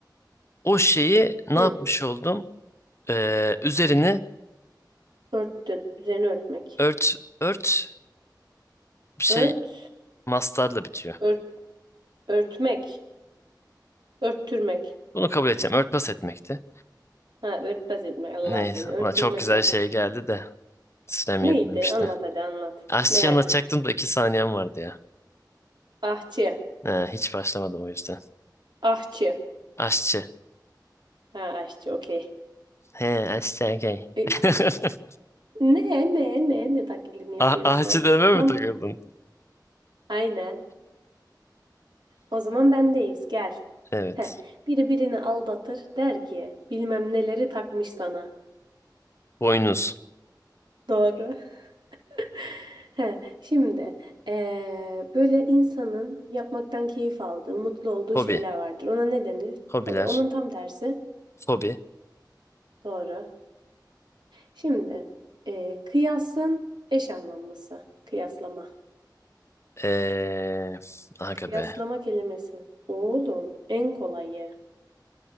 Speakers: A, on the left (about 35°); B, on the right (about 80°).
A: O şeyi ne
B: Hı.
A: yapmış oldum? Ee, üzerini
B: Örttün. Üzerine örtmek.
A: ört ört bir şey
B: Ört.
A: mastarla bitiyor.
B: Ört. Örtmek. Örttürmek.
A: Bunu kabul edeceğim. Örtbas etmekti.
B: Ha örtbas etmek. Allah
A: Neyse.
B: seni. Örttürmek
A: Ulan çok güzel
B: kap.
A: şey geldi de sürem
B: <laughs> Neydi?
A: yetmemişti.
B: Anlat hadi anlat.
A: Aşçıyı
B: Merak
A: anlatacaktım
B: ettim.
A: da iki saniyem vardı ya.
B: Ahçı.
A: He, hiç başlamadım o yüzden.
B: Ahçı.
A: Aşçı.
B: Ha ahçı okey.
A: He aşçı okey.
B: E,
A: <laughs>
B: Ne ne ne ne taklidimi yapıyorsun?
A: Ah, ahçı deme
B: Tam
A: mi takıldın?
B: aynen. O zaman bendeyiz gel.
A: Evet.
B: Heh, biri birini aldatır der ki bilmem neleri takmış sana.
A: Boynuz.
B: Doğru. <laughs> Heh, şimdi eee, böyle insanın yapmaktan keyif aldığı, mutlu olduğu
A: Hobi.
B: şeyler vardır. Ona ne denir?
A: Hobiler.
B: Hobi. Onun tam tersi.
A: Fobi.
B: Doğru. Şimdi eee, kıyasın eş anlamlısı. Kıyaslama.
A: Ee, aga
B: Kıyaslama
A: be.
B: kelimesi. Oğlum en kolayı.